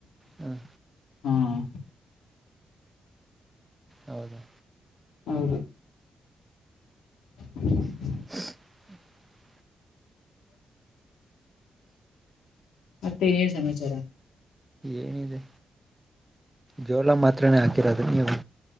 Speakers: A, on the right (about 15°); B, on the left (about 80°).
A: ಹ್ಮ್
B: ಹ್ಮ
A: ಹೌದಾ
B: ಹೌದು <unintelligible>
A: <unintelligible>
B: ಮತ್ತನೇ ಸಮಮಚಾರ
A: ಏನಿದೆ ಜೋಳ ಮಾತ್ರನೇ ಹಾಕಿರೋದು ನೀವು